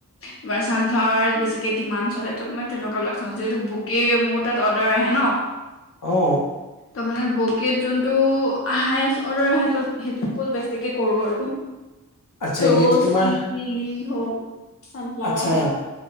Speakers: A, on the left; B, on the left.
A: তোমাৰ চানফ্লাৱাৰ বেছিকে ডিমাণ্ড চলে ত মে তেনেকুৱাবিলাক? যিহটো বুকে মোৰ তাত অৰ্ডাৰ আহে ন।
B: অ
A: তাৰ মানে বকেত যোনটো হাইচ আৰ্ডাৰ আহে আহে ত সেইটো ফুল বেছিকে কৰোঁ আৰু।
B: আচ্ছা
A: ৰ'জ,
B: এনেইতো তোমাৰ
A: লিলি হওক চানফ্লাৱাৰ
B: আচ্ছা।
A: হওক